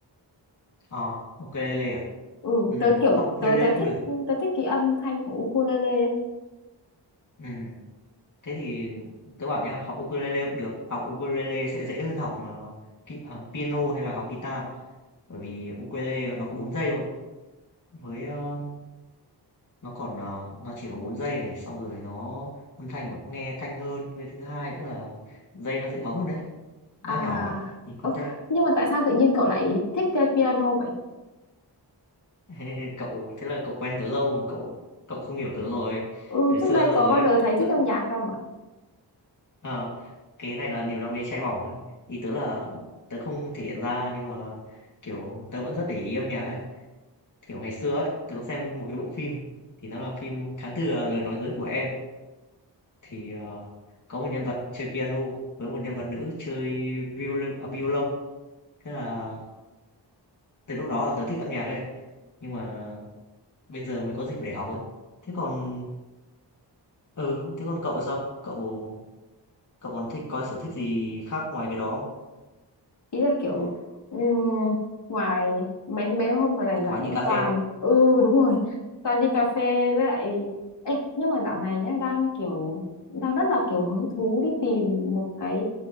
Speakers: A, on the left; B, on the left.
A: ờ, ukulele à?
B: ừ
A: Ừm,
B: tớ kiểu
A: học ukulele
B: tớ tớ
A: cũng
B: thích
A: được.
B: tớ thích cái âm thanh của ukulele
A: Ừm, thế thì tớ bảo nhá, học ukulele cũng được. Học ukulele sẽ dễ hơn học, ờ, ki à, piano hay là học guitar, bởi vì ukulele nó có 4 giây thôi. Với, ơ, nó còn, ờ, nó chỉ có 4 giây này, xong rồi nó âm thanh của nó nghe thanh hơn, với thứ hai nữa là dây nó dễ bấm hơn đấy, nó
B: à
A: nhỏ nữa, nhìn cute.
B: ơ, nhưng mà tại sao tự nhiên cậu lại thích chơi piano vậy
A: <laughs> Ê, cậu thế là cậu quen tớ lâu mà cậu cậu không hiểu tớ rồi
B: ừ
A: từ
B: trước
A: xưa
B: đây có
A: giờ
B: bao
A: ấy
B: giờ thấy thích
A: tớ,
B: âm nhạc đâu
A: ờ, cái này là niềm đam mê cháy bỏng ấy ý tớ là tớ không thể hiện ra nhưng mà kiểu tớ vẫn rất để ý âm nhạc ấy kiểu ngày xưa ấy tớ có xem một cái bộ phim thì nó là phim Tháng Tư là lời nói dối của em thì ờ, có một nhân vật chơi piano với một nhân vật nữ chơi violon à, violon thế là từ lúc đó là tớ thích âm nhạc ấy nhưng mà bây giờ mới có dịp để học ấy thế còn Ừ, thế còn cậu sao? Cậu cậu còn thích có sở thích gì khác ngoài cái đó không?
B: ý là kiểu ừm, ngoài mấy mấy hôm mà rảnh rảnh
A: Ngoài đi
B: ấy
A: cà phê.
B: toàn ừ đúng rồi toàn đi cà phê với lại Ê, nhưng mà dạo này nhá đang kiểu đang rất là kiểu hứng thú đi tìm một cái